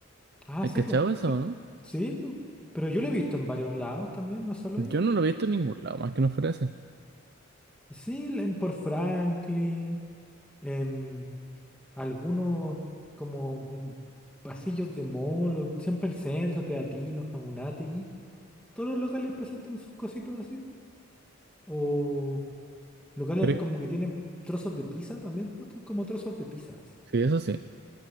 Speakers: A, in the centre; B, on the right.
A: Ah,
B: ¿Has
A: sí,
B: cachado
A: pues,
B: eso,
A: sí.
B: no?
A: Sí, pues. Pero yo lo he visto en varios lados también, no solo
B: Yo
A: ahí.
B: no lo he visto en ningún lado, más que no fuera ese.
A: Sí, en por Franklin, en algunos como en pasillos de mall, siempre el centro, Teatinos, Jamunategui. Todos los locales presentan sus cositas así, pues. O locales
B: Pero,
A: como que tienen trozos de pizza también, muestran como trozos de pizza así.
B: sí, eso sí.